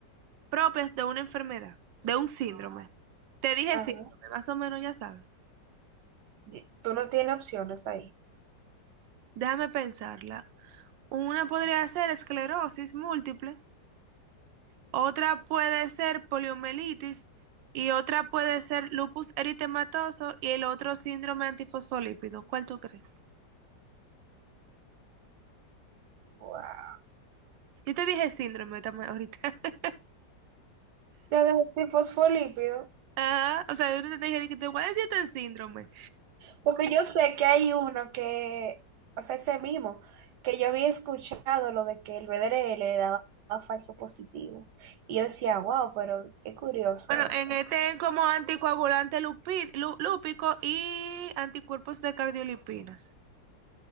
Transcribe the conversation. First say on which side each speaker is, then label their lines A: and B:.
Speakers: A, on the right; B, on the right.
A: propias de una enfermedad, de un síndrome. Te dije
B: ajá.
A: síndrome, más o menos ya sabes.
B: Di- Tú no tienes opciones ahí.
A: Déjame pensarla. Una podría ser esclerosis múltiple. Otra puede ser poliomielitis y otra puede ser lupus eritematoso y el otro síndrome antifosfolípido. ¿Cuál tú crees?
B: Wow.
A: Yo te dije síndrome también ahorita. <laughs>
B: Ya dejé sin fosfolípido.
A: Ah, o sea, yo no te dije que te voy a decir este síndrome.
B: Porque yo sé que hay uno que, o sea, ese mismo, que yo había escuchado lo de que el BDR le daba falso positivo. Y yo decía, wow, pero qué curioso
A: Bueno,
B: eso.
A: en este es como anticoagulante lupi- lu- lúpico y anticuerpos de cardiolipinas.